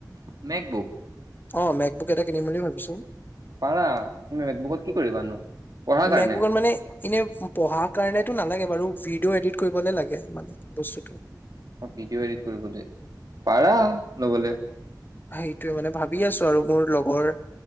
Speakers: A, on the right; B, on the left.
A: মেকবুক
B: অ মেক্স বুক এটা কিনিম বুলি ভাবিছো।
A: পাৰা তুমি বেগ বহুত কি কৰিবানো। পঢ়াৰ কাৰণে
B: মেক্সবুক মানে এনে পঢ়াৰ কাৰণেতটো নালাগে বাৰু ভিডিঅ' এডিট কৰিবলে লাগে। মানে বস্তুটো।
A: অ ভিডিঅ' এডিট কৰিবলৈ পাৰা লবলে।
B: সেইটোয়ে মানে ভাবি আছো আৰু মোৰ। লগৰ